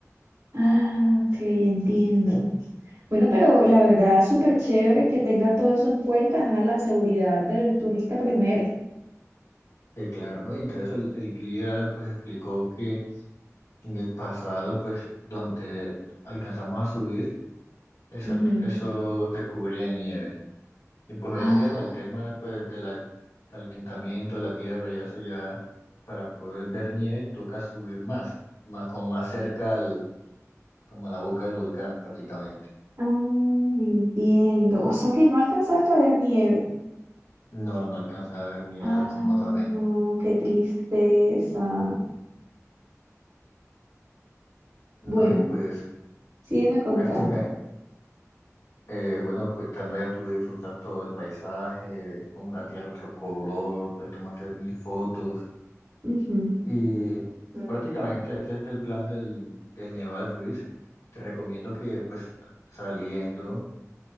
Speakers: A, on the right; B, on the left.
A: ah, ok, entiendo. Bueno, pero la verdad, súper chévere que tengan todo eso en cuenta, ajá, la seguridad del turista primero.
B: Que claro, ¿no? Y entre eso el, el guía pues explicó que en el pasado, pues donde alcanzamos a subir, Eso,
A: Ujú.
B: eso se cubría de nieve. Y pues
A: Ah,
B: hoy en día con el tema pues, del calentamiento de la Tierra y eso ya, para poder ver nieve toca subir más, más como más cerca al, como a la boca del volcán prácticamente.
A: Ah, entiendo. O sea que no alcanzaste a ver nieve.
B: No, no alcanza a ver nieve
A: Ah,
B: lastimosamente.
A: no, qué tristeza.
B: No,
A: Bueno,
B: y pues,
A: sígueme contando.
B: así que, eh, bueno, pues estando allá tú disfrutas todo el paisaje, ves como la Tierra otro color, puedes tomarte mil fotos.
A: Ujú,
B: Y
A: Mm.
B: prácticamente este es el plan del, del Neval Ruiz. Te recomiendo que pues saliendo